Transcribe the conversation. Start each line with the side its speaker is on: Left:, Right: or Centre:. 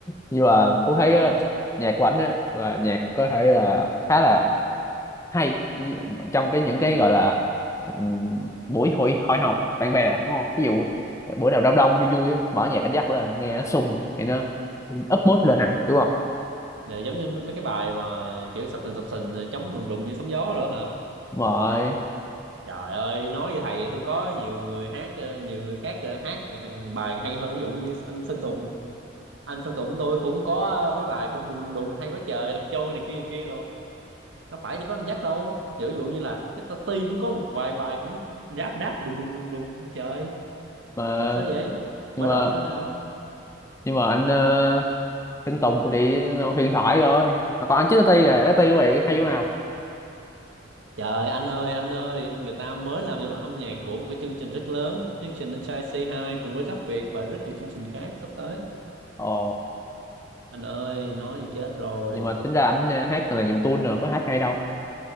Left: nhưng mà cũng thấy
Right: đúng không
Left: ờ, nhạc của ảnh á là nhạc có thể là khá là hay trong cái những cái gọi là ừm, buổi hội hội họp bạn bè đúng không ví dụ bữa nào đông đông vui vui á, mở nhạc anh dắt lên nghe nó sung thì nó up mood lên hẳn đúng không
Right: rồi giống như mấy mấy cái bài mà kiểu sập sình sập sình ờ, chống đùng đùng như sóng gió nữa hả
Left: rồi
Right: trời ơi nói với thầy tôi có nhiều người hát ờ, nhiều người khác ờ, hát hàng bài hay hơn ví dụ như anh Sơn Tùng anh Sơn Tùng tôi cũng có ờ, mấy bài cũng đùng đùng đùng hay quá trời lạc trôi này kia này kia đâu đâu phải chỉ có anh Jack đâu ví dụ như là Jack Tati cũng có một vài bài cũng ráp ráp đùng đùng đùng đùng trời
Left: mà
Right: sao vậy mở
Left: nhưng mà
Right: rộng ra nào
Left: nhưng mà anh uh, anh Tùng cũng đi huyền thoại rồi mà còn anh chết Ti là Ti của bạn hay chỗ nào
Right: trời anh ơi anh ơi người ta mới làm cho nó âm nhạc của một cái chương trình rất lớn chương trình Inside C2 cùng với Rap Việt và rất nhiều chương trình khác sắp tới
Left: ồ
Right: anh ơi nói vậy chết rồi
Left: nhưng mà tính ra anh ờ, hát là nhiều tune rồi có hát hay đâu